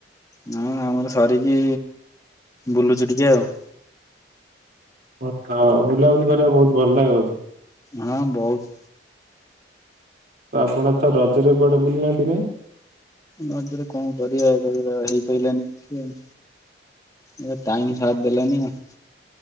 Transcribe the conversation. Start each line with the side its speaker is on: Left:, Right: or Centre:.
Left: ନାଇ ଆମର ସରିକି ବୁଲୁଚୁ ଟିକେ ଆଉ।
Right: <unintelligible> ବୁଲାବୁଲି କରିବା କୁ ବହୁତ ଭଲ ଲାଗେ ବୋଧେ।
Left: ହଁ ବହୁତ।
Right: ତ ଆପଣ ତ ରଜରେ କୁଆଡେ ବୁଲି ନାହାନ୍ତି କାଇଁ।
Left: ରଜରେ କଣ କରିବା। ରଜରେ ପା ହେଇପାରିଲାନି କିଛି ଆଉ। ଏ ଟାଇମ୍ ସାଥ ଦେଲାନି ନା।